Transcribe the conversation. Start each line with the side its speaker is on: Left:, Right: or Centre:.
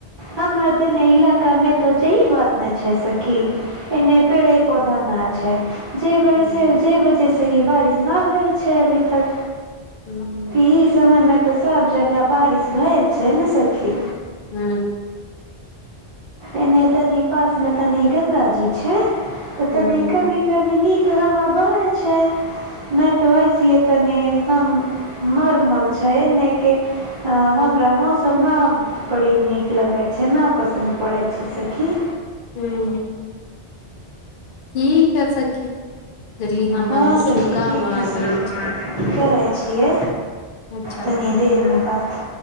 Right: हमर धन्य इलाकामे तऽ जे ई बात नहि छै, सखी। एने पेड़ पौधा न, छै जे वैसे
Left: हूँ
Right: जे जे वजहसँ ही बारिश नहि भेल छै, अभी तक
Left: हू।
Right: इ समयमे त सभ जगह बारिश भेल छै, ने सखी
Left: हू।
Right: एने तनी पासमे तनी गंगा जी छै, तऽ
Left: हूँ
Right: तनी कभी कभी निक हवा बहै छै, नहि तऽ अइसिए तनी एकदम नॉर्मल छै, ऐनेके अ हमरा मौसम ना बड़ी निक लगे छै, न पसन्द पड़ै छै, सखी
Left: हूँ। ठीक है, सखी तनि हमर
Right: हां
Left: कुछु
Right: सखी,
Left: काम
Right: ठीक
Left: आ
Right: है सखी,
Left: गई छै।
Right: करै छै
Left: अच्छा
Right: तनि देरमे बात।